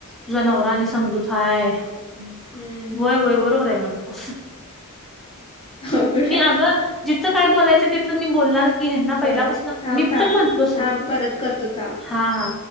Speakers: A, in the centre; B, on the left.
A: तुझा नवरा आणि समजूतय <inaudible>
B: हम्म
A: होय होय बरोबर आहे <inaudible> म्हणतो
B: अवघड
A: मी.
B: आहे
A: जिथं काय <inaudible> बोलायचं तिथं मी बोलणार. की हना
B: होय
A: पहिल्यापासून
B: थांब
A: मी
B: थांब
A: पण म्हटलो <inaudible> सरू
B: थांब परत करतो थांब
A: हा हा.